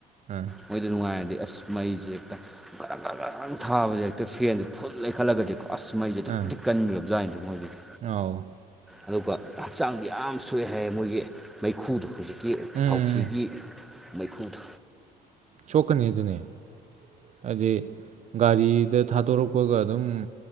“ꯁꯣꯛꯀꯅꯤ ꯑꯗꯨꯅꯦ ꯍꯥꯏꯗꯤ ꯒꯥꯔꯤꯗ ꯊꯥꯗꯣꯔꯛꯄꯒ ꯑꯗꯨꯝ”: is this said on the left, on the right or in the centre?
Right